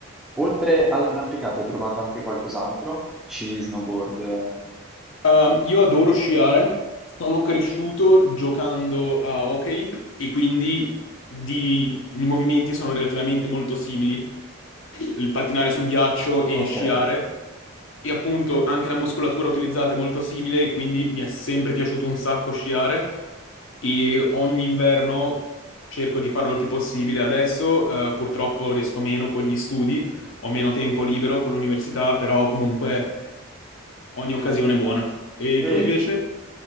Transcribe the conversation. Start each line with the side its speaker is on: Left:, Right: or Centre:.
Centre: oltre all'arrampicata hai provato anche qualcos'altro? Sci, snowboard? eh,
Left: Um, io adoro sciare, sono cresciuto giocando a hockey e quindi di- i movimenti sono relativamente molto simili, il pattinare sul ghiaccio e
Centre: Ok,
Left: sciare e appunto anche la muscolatura utilizzata è molto simile e quindi mi è sempre piaciuto un sacco sciare e ogni inverno cerco di farlo il più possibile. Adesso eh, purtroppo riesco meno con gli studi, ho meno tempo libero con l'università, però comunque
Centre: ok.
Left: ogni occasione è buona. E
Centre: E-
Left: tu invece?